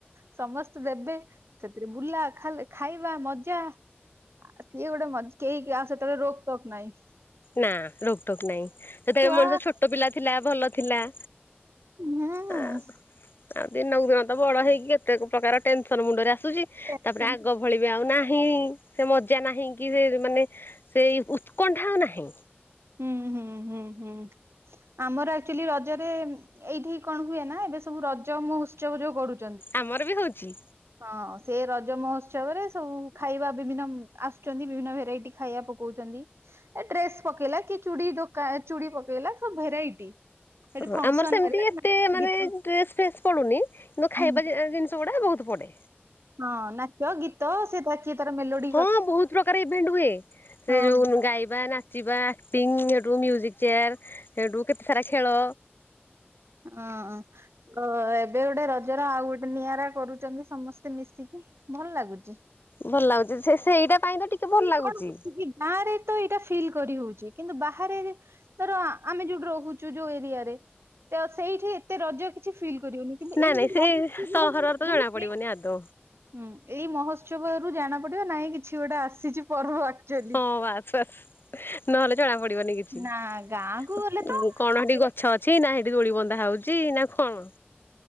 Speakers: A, on the right; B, on the left.
A: ସମସ୍ତେ ଦେବେ ସେଥିରେ ବୁଲା ଖାଲା ଖାଇବା ମଜା। ଆ ସିଏ ଗୋଟେ ମଜ୍ କେହି କାହା ସେତୋଳେ ରୋକ୍ ତୋକ୍ ନହିଁ।
B: ନାଊ ରୋକ୍ ଟୋକ୍ ନାଇଁ ହେତୋଳେ
A: ଛୁଆ
B: ମଣିଷ ଛୋଟ ପିଲା ଥିଲା ଭଲ ଥିଲା।
A: ହଁ ହଁ।
B: ଆ ଆଉ ଦିନକୁ ଦିନ ତ ବଡ଼ ହେଇକି କେତେ ପ୍ରକାର ଟେନସନ୍ ମୁଣ୍ଡରେ ଆସୁଚି
A: ଟେନସନ୍
B: ତାପରେ ଆଗ ଭଳି ବି ଆଉ ନାହିଁ ସେ ମଜା ନାହିଁ କି ସେ ମାନେ ସେଇ ଉତ୍କଣ୍ଠା ଆଉ ନାହିଁ।
A: ହୁଁ ହୁଁ ହୁଁ ହୁଁ। ଆମର ଆକ୍ଚୁଆଲି ରଜରେ ଏଇଠି କଣ ହୁଏ ନାଁ ଏବେ ସବୁ ରଜ ମହୋତ୍ସବ ଯୋଉ କରୁ
B: ଆମର ବି ହୋଉଚି।
A: ହଁ ସେ ରଜ ମହୋତ୍ସବରେ ସବୁ ଖାଇବା ବିଭିନ୍ନ ଆସୁଚନ୍ତି ବିଭିନ୍ନ ଭେରାଇଟି ଖାଇବା ପ କୋଉଚନ୍ତି ଏ ଡ୍ରେସ୍ ପକେଇଲା କି ଚୁଡ଼ି ଦୋକା ଚୁଡ଼ି ପକେଇଲା ସବୁ ଭେରାଇଟି। ସେଠି
B: ହଁ
A: ଫଙ୍କସନ
B: ଆମର ସେମତି
A: ହେଲା
B: ଏତେ
A: ନାଚ
B: ମାନେ
A: ଗୀତ
B: ଡ୍ରେସ୍ ଫେସ୍ ପଡ଼ୁନି କିନ୍ତୁ
A: ହୁଁ,
B: ଖାଇବା ଜି ଜିନିଷ ଉଡ଼ା ବହୁତ ପଡ଼େ।
A: ହଁ ନାଚ ଗୀତ ସେ ଧାଚ୍ କିଏ ତାର ମେଲୋଡ଼ି
B: ହଁ ବହୁତ ପ୍ରକାର ଇଭେଣ୍ଟ୍ ହୁଏ ସେ
A: ହଁ।
B: ଯୋଉ ଗାଇବା, ନାଚିବା। ପିଙ୍ଗ୍ ହେଠୁ ମ୍ୟୁଜିକ୍ ଚେୟାର୍ ହେଠୁ କେତେ ସାରା ଖେଳ।
A: ଅଁ ଗ ଏବେ ଗୋଟେ ର ଜର ଆଉ ଗୋଟେ ନିଆରା କରୁଚନ୍ତି ସମସ୍ତେ ମିଶିକି ଭଲ ଲାଗୁଚି।
B: ଭଲ ଲାଗୁଚି ସେ ସେଇଟା ପାଇଁ ତ ଟିକେ ଭଲ ଲାଗୁଚି।
A: କଣ ହଉଛି ଗାଁରେ ତ ଏଇଟା ଫିଲ୍ କରି ହୋଉଚି କିନ୍ତୁ ବାହାରେ ଧର ଆମେ ଯୋଉଠି ରହୁ ଚୁ ଯୋଉ ଏରିଆରେ ତ ସେଇଠି ତେ ରଜ କିଛି ଫିଲ୍ କରିହୋଉନି କିନ୍ତୁ
B: ନାଇଁ
A: ଏଇଠି
B: ନାଇଁ ସେ
A: ରହି
B: ସହରରେ
A: <unintelligible>
B: ତ ଜଣା ପଡିବନି ଆଦୌ
A: ହୁଁ, ଏଇ ମହୋତ୍ସବରୁ ଜାଣା ପଡ଼ିବ ନାଇଁ କିଛି ଗୋଟେ ଆସିଚି ପର୍ବ ଆକ୍ଚୁଆଲି
B: ହଁ, ବାସ୍ ବାସ୍ ନହେଲେ ଜଣା ପ ଡି଼ବନି କିଛି
A: ନା ଗାଁକୁ
B: ଉ
A: ଗଲେ ତ
B: ଉଁ କଣ ହେଟି
A: ସେ
B: ଗଛ ଛି ନା ହେଟି ଦୋଳି ବନ୍ଧା ହଉଚି ନାଁ କଣ?